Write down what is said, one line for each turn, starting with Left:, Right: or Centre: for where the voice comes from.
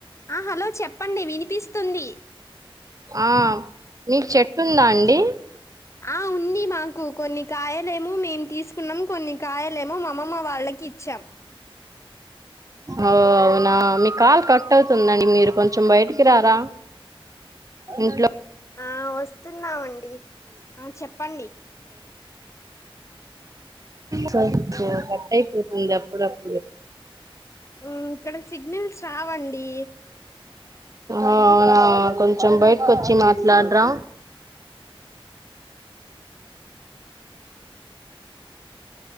Left: ఆ హలో చెప్పండి వినిపిస్త తుంది
Right: ఆ నీకు చెట్టు ఉందా అండి
Left: ఆ ఉంది మాకు కొన్ని కాయలేమో మేము తీసుకున్నాము కొన్ని కాయలేమో మామ్మమ్మ వాళ్ళకి ఇచ్చాం
Right: అ అవునా మీ కాలు కట్ అవుతుందండి మీరు కొంచెం బయటికి రారా ఇంట్లో
Left: ఆ వస్తున్నామండి డి ఆ చెప్పండి
Right: సర కట్ అయిపోతుంది అప్పుడు అప్
Left: హ్మ్ ఇక్కడ సిగ్నల్స్ రావండి
Right: అవునా కొంచెం బయటకోచ్చి మాట్లాడరా